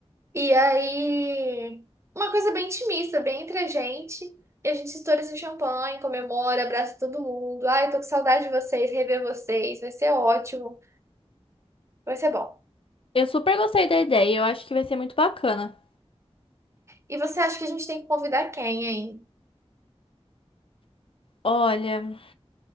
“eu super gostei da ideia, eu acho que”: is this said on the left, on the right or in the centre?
Left